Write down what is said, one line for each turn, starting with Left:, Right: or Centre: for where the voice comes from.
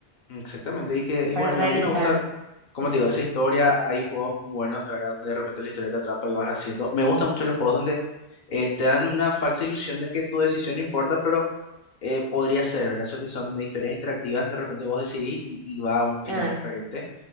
Left: Exactamente. Y que, y
Right: para
Left: bueno,
Right: realizar.
Left: y a mí me gusta, como
Right: Ujú.
Left: te digo, esa historia. Hay juegos muy buenos, de verdad, donde de repente la historia te atrapa y vas haciendo. Me gustan mucho los juegos donde eh, te dan una falsa ilusión de que tu decisión importa, pero eh, podría ser, ¿verdad? Eso que son de historias interactivas que de repente vos decidís y, y va a un final
Right: Ah,
Left: diferente.